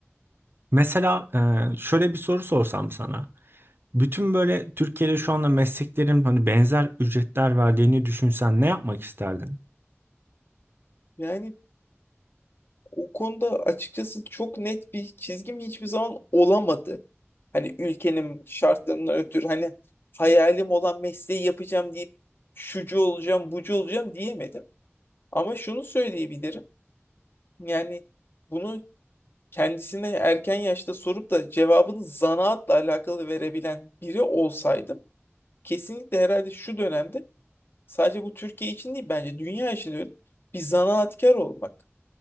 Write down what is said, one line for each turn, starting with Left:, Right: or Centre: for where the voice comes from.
Right: mesela e, şöyle bir soru sorsam sana. Bütün böyle Türkiye'de şu anda mesleklerin hani benzer ücretler verdiğini düşünsen ne yapmak isterdin?
Left: Yani O konuda açıkçası çok net bir çizgim hiçbir zaman olamadı. Hani ülkenin şartlarından ötürü hani hayalim olan mesleği yapacağım deyip şucu olacağım, bucu olacağım diyemedim. Ama şunu söyleyebilirim. Yani bunu kendisine erken yaşta sorup da cevabını zanaatla alakalı verebilen biri olsaydım kesinlikle herhalde şu dönemde sadece bu Türkiye için değil bence dünya için de öyle bir zanaatkar olmak.